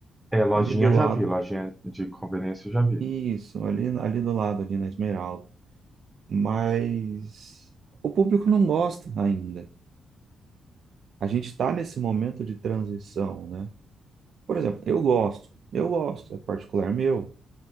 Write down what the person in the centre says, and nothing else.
É, lojinha
eu
já vi, lojinha de conveniência eu já vi.